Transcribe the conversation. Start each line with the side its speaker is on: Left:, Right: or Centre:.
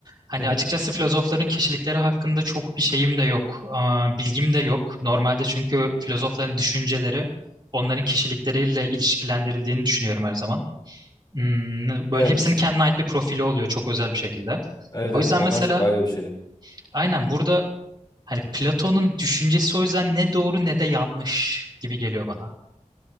Right: Hani
Left: Hı hı.
Right: açıkçası filozofların kişilikleri hakkında çok bir şeyim de yok, eee, bilgim de yok. Normalde çünkü filozofların düşünceleri onların kişilikleriyle ilişkilendirildiğini düşünüyorum her zaman. Hmm, böyle
Left: Evet.
Right: hepsinin kendine ait bir profili oluyor çok özel bir şekilde.
Left: Evet
Right: O
Left: evet
Right: yüzden
Left: onlar
Right: mesela
Left: çok ayrı bir şey.
Right: aynen burada Hani Platon'un düşüncesi o yüzden ne doğru ne de yanlış gibi geliyor bana.